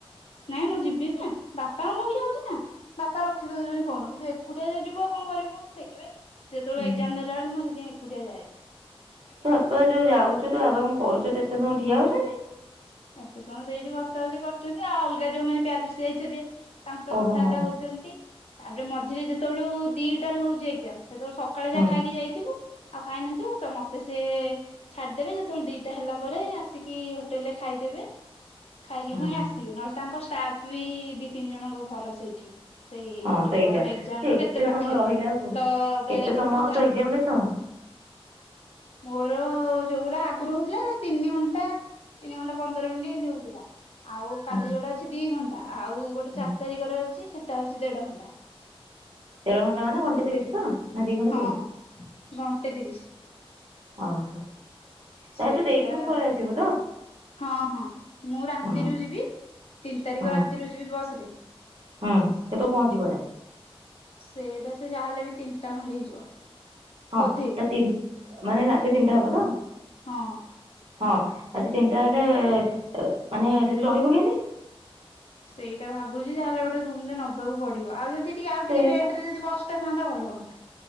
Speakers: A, on the left; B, on the right.
A: ନାଇଁ ମୁଁ ଯିବି ଯେ ବାପାଙ୍କୁ ନେଇକି ଯାଉଚି ନା। ବାପା ରଖିଦଉଚନ୍ତି ଫୋନ, କିନ୍ତୁ ଏକୁଟିଆ ଯଦି ଯିବ ଆଉ କଣ କରିବୁ କହୁନୁ ସେଇଥାଇଁ। ଯେତେବେଳେ
B: ହୁଁ।
A: ଏକ୍ଜାମ ଦେଲାବେଳେ ମୁଁ ସେଥିପାଇଁ ଏକୁଟିଆ ଯାଏନି।
B: ତ ବାପ ଯୋଉ ଯାଉଚୁ ତୋ ବାବା କଣ କରୁଚନ୍ତି ଏତେ ସମୟ ଠିଆ ହଉଚନ୍ତି?
A: ଏତେ ସମୟ ସେଇଠି ବସା ବସି କରୁଚନ୍ତି ଆଉ ଅଲଗା ଯୋଉମାନେ ପ୍ୟାରେଣ୍ଟସ୍ ଯାଇଚନ୍ତି ତାଙ୍କ ସହ
B: ଓହୋ
A: କଥାବାର୍ତ୍ତା
B: ହଁ
A: ହଉଚନ୍ତି। ତାପରେ ମଝିରେ ଯେତେବେଳୁ ଦିଟାରୁ ହଉଚି ଏକ୍ଜାମ୍। ସେତେବେଳେ ସକାଳେ
B: ହୁଁ
A: ଯାହା ଖାଇକି ଯାଇଥିବୁ ଆଉ ଖାଇ ନଥିବୁ ତ ମତେ ସେ ଛାଡିଦେବେ ଯେତେବେଳେ ଦିଟା ହେଲା ପରେ ଆସିକି ହୋଟେଲରେ ଖାଇଦେବେ ଖାଇକି
B: ହୁଁ
A: ଫୁଣି ଆସିବେ ନହେଲେ ତାଙ୍କ ଷ୍ଟାଫ ବି ଦି ତିନି ଜଣଙ୍କ ଘର ସେଇଠି। ସେଇ
B: ହଁ
A: ଯୋଉ
B: ସେଇଟା
A: ଆମ ଏକ୍ଜାମର
B: ସେ ଏତେ
A: କେତେ ପାଖେରେ
B: ସମୟ ରହିଲା ଆଉ
A: ତ
B: କେତେ
A: ବେଳେବେଳେ
B: ସମୟ
A: ସେ ଯାଆନ୍ତି
B: ତୋ ଏକ୍ଜାମ
A: ଭାରି
B: କେତେ ସମୟ?
A: ମୋର ଯୋଉଗୁଡା ଆଗୁରୁ ହଉଥିଲା ତିନି ଘଣ୍ଟା ତିନି ଘଣ୍ଟା ପନ୍ଦର ମିଣ୍ଟି ଏମିତି ହଉଥିଲା। ଆଉ କାଲି
B: ହୁଁ
A: ଯୋଉଟା ଅଛି ଦି ଘଣ୍ଟା ଟା ଆଉ ଗୋଟେ
B: ହୁଁ
A: ଚାରି ତାରିକରେ ଅଛି ସେଟା ହଉଚି ଦେଢଘଣ୍ଟା।
B: ଦେଢ ଘଣ୍ଟା ମାନେ ଘଣ୍ଟେ ତିରିଶ୍ ତ ନା ଦି ଘଣ୍ଟା
A: ହଁ
B: ତିରିଶ୍?
A: ଘଣ୍ଟେ ତିରିଶ
B: ଅ ହ ତାହେଲେ
A: ସେଇଟା
B: ତୁ ଦେଇକି ପୁଣି ପଳେଇ ଆସିବୁ ତ?
A: ହଁ ହଁ ମୁଁ ରାତିରୁ
B: ହୁଁ
A: ଯିବି ତିନି ତାରିକ
B: ହୁଁ
A: ରାତିରୁ ଯିବି ବସରେ।
B: ହୁଁ କେତୋଉ ପହଞ୍ଚିବ ହେଟା?
A: ସେଟା ସେ ଯାହାହେଲେ ବି ତିନିଟା ଖଣ୍ଡେ ହେଇଯିବ।
B: ହଁ
A: ବୋଧେ
B: ତା ତିନିଟ୍-ମାନେ ରାତି ତିନିଟା ହବ
A: ହଁ
B: ତ
A: ହଁ।
B: ହଁ ରାତି ତିନିଟା ହେଲେ ମାନେ ସେଠି ରହିବୁ କେମିତି?
A: ସେଇଟା ଭାବୁଚି ଯହାହେଲେ ଗୋଟେ ରୁମଟେ ନବାକୁ ପଡିବ। ଆଉ ଯଦି ଟିକେ ଆଉ
B: ସେଇଆ
A: ଟିକେ ଲେଟରେ
B: ପା।
A: ଯଦି ବସ ଟା ଥାନ୍ତା ଭଲ ହୁଅନ୍ତା।